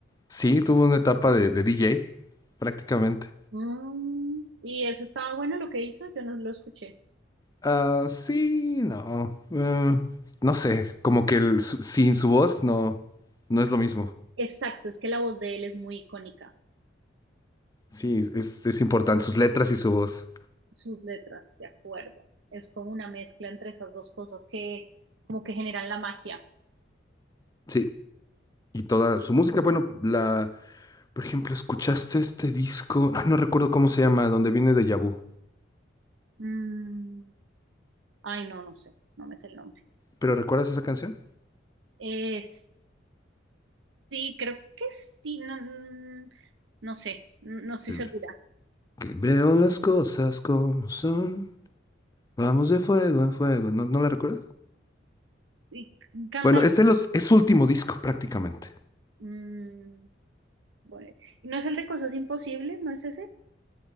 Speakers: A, on the left; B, on the right.
A: Sí, tuvo una etapa de, de DJ, prácticamente.
B: Mm, y eso estaba bueno lo que hizo, yo no lo escuché.
A: Ah, sí, no. eh, no sé, como que el- su- sin su voz no, no es lo mismo.
B: Exacto, es que la voz de él es muy icónica,
A: Sí, es, es importante, sus letras y su voz.
B: sus letras, de acuerdo. Es como una mezcla entre esas dos cosas que como que generan la magia.
A: Sí. Y toda su música, bueno, la, por ejemplo, ¿escuchaste este disco? Ay, no recuerdo cómo se llama, donde viene de Vu.
B: Mm, ay, no, no sé, no me sé el nombre.
A: ¿Pero recuerdas esa canción?
B: Es, sí, creo que sí, no, mm, no sé, n- no estoy
A: El
B: segura.
A: que veo las cosas como son, vamos de fuego en fuego. ¿No, no la recuerdas?
B: Y canta,
A: Bueno, es de los, es su último disco prácticamente.
B: mm, bueno, ¿no es el de Cosas Imposibles? ¿No es ese?